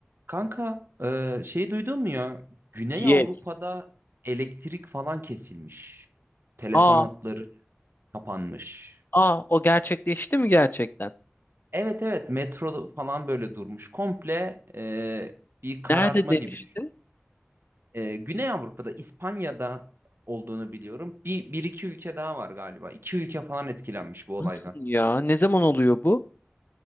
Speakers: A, on the right; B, on the left.
A: Kanka e, şey duydun mu ya? Güney
B: Yes.
A: Avrupa'da elektrik falan kesilmiş. Telefon
B: Aa,
A: hatları kapanmış.
B: aa o gerçekleşti mi gerçekten?
A: Evet evet metro falan böyle durmuş. Komple e, bir karartma
B: Nerede demiştin?
A: gibi düşün. E, Güney Avrupa'da İspanya'da olduğunu biliyorum. Bir, bir iki ülke daha var galiba. İki ülke falan etkilenmiş bu olaydan.
B: Nasıl ya? Ne zaman oluyor bu?